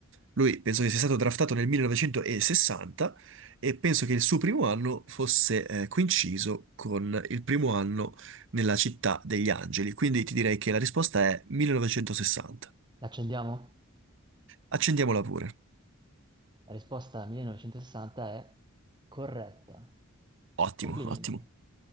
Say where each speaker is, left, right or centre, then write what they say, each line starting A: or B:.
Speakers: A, on the right; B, on the right.
A: lui penso che sia stato draftato nel 1960 e penso che il suo primo anno fosse eh, coinciso con il primo anno nella città degli angeli, quindi ti direi che la risposta è 1960.
B: L'accendiamo?
A: Accendiamola pure.
B: La risposta 1960 è corretta.
A: Ottimo,
B: Complimenti.
A: ottimo.